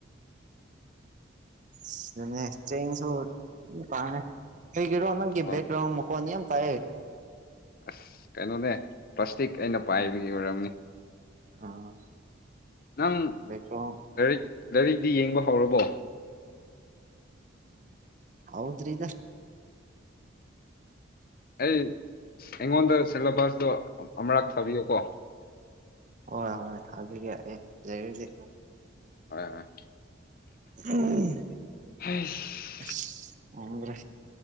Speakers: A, on the right (about 40°); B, on the left (about 50°).
A: ꯁꯤꯗꯅꯦ ꯆꯦꯡꯁꯨ ꯗꯨꯝ ꯄꯥꯡꯉꯦ ꯀꯩꯒꯤꯔꯣ ꯅꯪꯒꯤ
B: ꯍꯣꯏ
A: ꯕꯦꯛꯒ꯭ꯔꯥꯎꯟ ꯃꯈꫭꯟ ꯌꯥꯝ ꯇꯥꯏꯌꯦ
B: ꯑꯁ ꯀꯩꯅꯣꯅꯦ ꯄ꯭ꯂꯥꯁꯇꯤꯛ ꯑꯩꯅ ꯄꯥꯏꯕꯒꯤ ꯑꯣꯏꯔꯝꯅꯤ
A: ꯑꯥ
B: ꯅꯪ
A: ꯕꯦꯛꯒ꯭ꯔꯥꯎꯟ
B: ꯂꯥꯏꯔꯤꯛ ꯂꯥꯏꯔꯤꯛꯗꯤ ꯌꯦꯡꯕ ꯍꯧꯔꯕꯣ
A: ꯍꯧꯗꯔꯤꯗ
B: ꯑꯩ ꯑꯩꯉꯣꯟꯗ ꯁꯤꯂꯦꯕꯁꯇꯣ ꯑꯃ ꯑꯃꯨꯔꯛ ꯊꯥꯕꯤꯌꯨꯀꯣ
A: ꯍꯣꯏ ꯍꯣꯏ ꯊꯥꯕꯤꯒꯦ ꯑꯩ ꯂꯩꯔꯗꯤ
B: ꯍꯣꯏ ꯍꯣꯏ
A: ꯎꯝ꯫
B: ꯑꯁ
A: ꯑꯁ ꯉꯝꯗ꯭ꯔꯦ